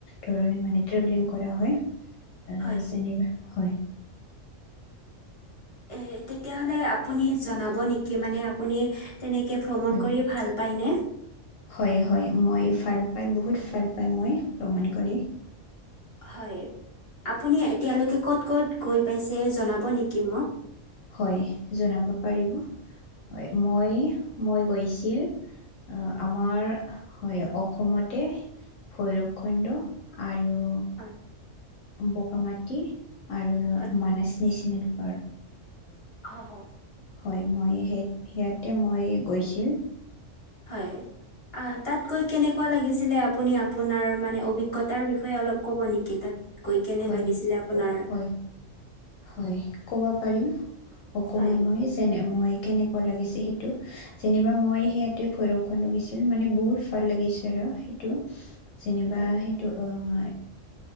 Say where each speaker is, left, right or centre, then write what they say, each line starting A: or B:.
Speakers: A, on the left; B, on the left.
A: ধৰণে মানে ট্ৰেভেলিং কৰা হয়। অ'
B: হয়
A: যেনিবা হয়।
B: এ তেতিয়াহ'লে আপুনি জনাব নেকি, মানে আপুনি তেনেকে ভ্ৰমণ
A: হয়
B: কৰি ভাল পায়নে?
A: হয়, হয়, মই ভাল পাই, বহুত ভাল পাই মই ভ্ৰমণ কৰি।
B: হয়, আপুনি এতিয়ালৈকে ক'ত, ক'ত গৈ পাইছে, জনাব নেকি মোক?
A: হয়, জনাব পাৰিব, হয়, মই মই গৈছিল, আমাৰ হয় অসমতে। ভৈৰৱ খণ্ড আৰু
B: হয়।
A: বগামাটি আৰু ন
B: হয়
A: মানছ নেচনেল পাৰ্ক।
B: হ, হ।
A: হয়, মই সেই সিয়াতে মই গৈছিল।
B: হয়, আ তাত গৈ কেনেকুৱা লাগিছিলে, আপুনি আপোনাৰ মানে অভিজ্ঞতাৰ বিষয়ে অলপ ক'ব নেকি? তাত গৈ কেনে
A: হয়
B: লাগিছিলে আপোনাৰ?
A: হয় হয়, কব পাৰিম। অকমান
B: হয়
A: মই, যেনে মই, কেনে। লাগিছে সেইটো, যেনিবা মই সেইয়াতে ভৈৰৱ খণ্ড গেছিল, মানে বহুত ভাল লাগিছে আৰু সেইটো। যেনিবা
B: হয়
A: সেইটো অ'।